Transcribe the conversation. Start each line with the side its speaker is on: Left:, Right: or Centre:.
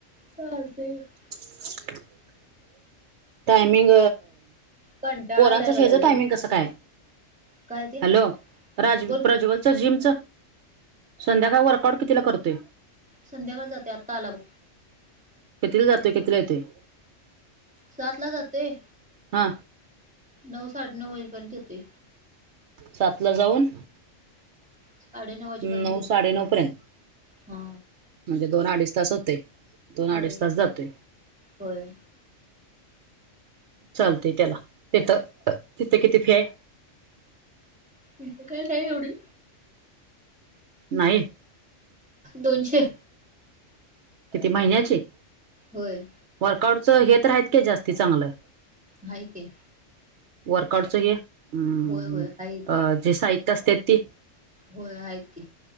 Centre: सलते <unintelligible>
Right: <inaudible> टायमिंग,
Centre: कंटाळा
Right: पोरांचं
Centre: आलाय मला
Right: श्याचं
Centre: लय
Right: टायमिंग कसं काय?
Centre: काय ते
Right: हॅलो, राज
Centre: बोल
Right: प्रज्वलच
Centre: की
Right: जिमच संध्याकाळी वर्कआउट कितीला करतोय.
Centre: संध्याकाळी जातोय, आता आला बघ.
Right: कितीला जातोय, कितीला येतोय?
Centre: सातला जातोय.
Right: हा.
Centre: नऊ, साडे नऊ वाजेपर्यंत येतोय.
Right: सातला जाऊन
Centre: साडेनऊ वाजेपर्यंत
Right: नऊ,
Centre: येत
Right: साडेनऊ पर्यंत.
Centre: हा
Right: म्हणजे दोन अडीच तास होतय, दोन अडीच
Centre: होय
Right: तास जातोय.
Centre: होय
Right: चालतय त्याला, तिथं, तिथं किती फि आहे?
Centre: फीत काय नाही एवढी.
Right: नाही.
Centre: दोनशे.
Right: किती महिन्याची?
Centre: होय.
Right: वर्कआउटचं हे तर आहेत काय जास्ती चांगलं?
Centre: हाय की.
Right: वर्कआउटच हे. अम्म
Centre: होय होय हाय
Right: अ जे साहित्य असते ते?
Centre: होय हायत की.